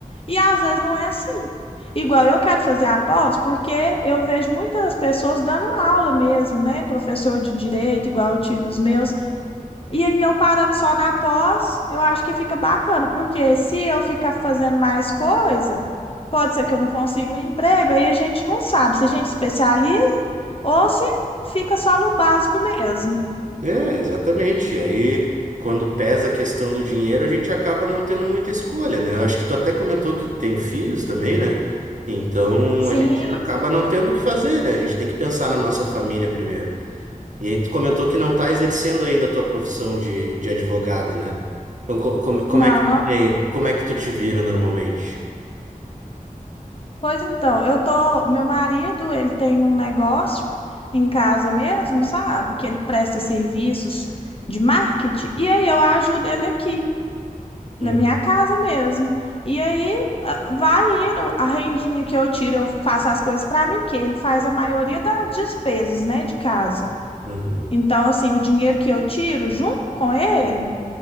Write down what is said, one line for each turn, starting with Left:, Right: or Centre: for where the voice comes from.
Left: E às vezes não é assim. Igual eu quero fazer a pós, porque eu vejo muitas pessoas dando aula mesmo, né? Professor de direito, igual eu tive os meus. E aí eu parando só na pós, eu acho que fica bacana, porque se eu ficar fazendo mais coisa, pode ser que eu não consiga um emprego, aí a gente não sabe se a gente especializa ou se fica só no básico mesmo.
Right: É, exatamente. E aí, quando pesa a questão do dinheiro, a gente acaba não tendo muita escolha, né? Eu Acho que tu até comentou que tem filhos também, né? Então,
Left: Sim,
Right: a gente acaba não tendo o que fazer, né? A gente tem que pensar na nossa família primeiro. E aí, tu comentou que não tá exercendo ainda a tua profissão de, de advogado, né? Então, co- como, como
Left: não,
Right: é que
Left: não.
Right: tu tem, como é que tu te vira normalmente?
Left: Pois então, eu tô, meu marido, ele tem um negócio em casa mesmo, sabe? Que ele presta serviços de marketing, e aí eu ajudo ele aqui.
Right: Hum,
Left: na minha casa mesmo. E aí ah, vai indo, a rendinha que eu tiro, eu faço as coisas para mim, porque ele faz a maioria das despesas, né, de casa.
Right: uhum.
Left: Então, assim, o dinheiro que eu tiro junto com ele